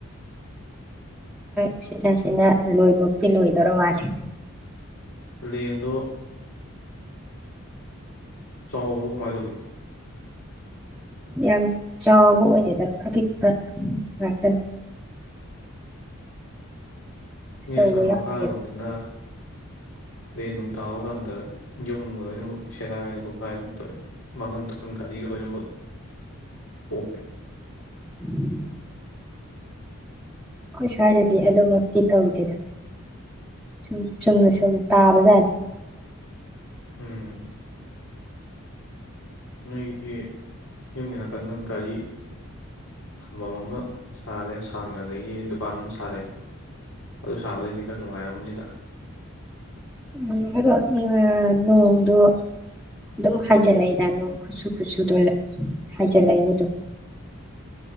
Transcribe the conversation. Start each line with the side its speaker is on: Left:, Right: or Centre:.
Centre: ꯎꯆꯤꯟ ꯅꯥꯆꯤꯟꯅ ꯂꯣꯏꯕꯥꯎꯗꯤ ꯂꯣꯏꯗꯣꯔ ꯃꯥꯜꯂꯦ
Left: ꯂꯦꯟꯗꯣ ꯆꯥꯎꯕꯔꯣ ꯀꯃꯥꯏ ꯇꯧꯒꯦ
Centre: ꯌꯥꯝ ꯆꯥꯎꯕ ꯑꯣꯏꯗꯦꯗꯥ ꯑꯄꯤꯛꯄ ꯉꯥꯛꯇꯅꯤ ꯑꯆꯧꯕ
Left: ꯃꯤ ꯑꯥꯁꯣꯝ ꯃꯈꯥꯔꯣꯝꯗꯅ
Centre: ꯌꯥꯎꯗꯦ
Left: ꯂꯦꯟ ꯅꯨꯡ ꯇꯥꯕꯥꯀꯟꯗ ꯌꯨꯝꯒ ꯂꯣꯏꯅꯃꯛ ꯁꯦꯒꯥꯏꯔꯦ ꯈꯣꯠꯀꯥꯏꯗꯅ ꯇꯧꯏꯁꯦ ꯃꯥꯡꯍꯟꯕ ꯊꫭꯛꯍꯟ ꯒꯥꯔꯤꯒ ꯂꯣꯏꯅꯃꯛ ꯀꯣꯞꯄꯦ
Centre: <unintelligible> ꯑꯈꯣꯏ ꯁꯋꯥꯏꯗꯗꯤ ꯑꯗꯨꯃꯛꯇꯤ ꯇꯧꯗꯦꯗ ꯁꯨꯝ ꯆꯨꯝꯅ ꯁꯨꯝ ꯇꯥꯕꯖꯥꯠꯅꯤ
Left: ꯎꯝ ꯅꯣꯏꯒꯤ ꯌꯨꯝꯒꯤ ꯅꯥꯀꯟꯗ ꯒꯥꯔꯤ ꯊꯝꯕꯝ ꯑꯃ ꯁꯥꯒꯔꯦ ꯁꯥꯡꯅ ꯑꯗꯒꯤ ꯗꯨꯀꯥꯟ ꯑꯃ ꯁꯥꯔꯦ ꯑꯗꯨ ꯁꯥꯕꯗꯩꯗꯤ ꯈꯔ ꯅꯨꯉꯥꯏꯔꯝꯃꯅꯤꯗ
Centre: ꯎꯝ ꯑꯗꯣ ꯅꯣꯡꯗꯣ ꯑꯗꯨꯝ ꯍꯥꯏꯖꯤꯜꯂꯛꯏꯗ ꯅꯣꯡ ꯈꯨꯆꯨ ꯈꯨꯆꯨꯗꯣ ꯍꯥꯏꯖꯤꯜꯂꯛꯏꯗ ꯑꯗꯨꯝ